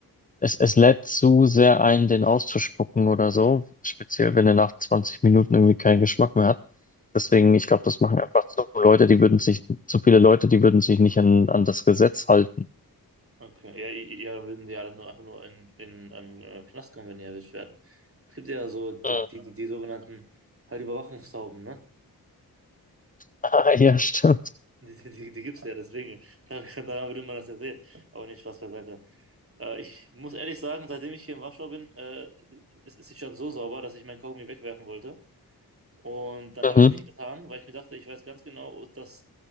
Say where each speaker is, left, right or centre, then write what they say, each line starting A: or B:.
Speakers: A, on the left; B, on the right.
A: es, es lädt zu sehr ein, den auszuspucken oder so. Speziell, wenn er nach 20 Minuten irgendwie keinen Geschmack mehr hat. Deswegen,
B: Je-
A: ich glaube, das machen einfach zu Leute, die würden sich, zu viele Leute, die würden sich nicht an, an das Gesetz halten.
B: Okay, ja, i- i- ja, dann würden die alle nur einfach nur in, in, in äh, Knast kommen, wenn die erwischt werden. Es gibt ja so die,
A: Mhm.
B: die, die, die sogenannten halt Überwachungstauben, ne?
A: Ah, <laughs> ja, stimmt.
B: Die, die, die, die gibt es ja, deswegen. <laughs> Daran daran würde man das ja sehen. Aber nicht Spaß beiseite. Äh, ich muss ehrlich sagen, seitdem ich hier in Warschau bin, äh, ist, ist die Stadt so sauber, dass ich meinen Kaugummi wegwerfen wollte. Und dann
A: Mhm.
B: habe ich es nicht getan, weil ich mir dachte, ich weiß ganz genau, dass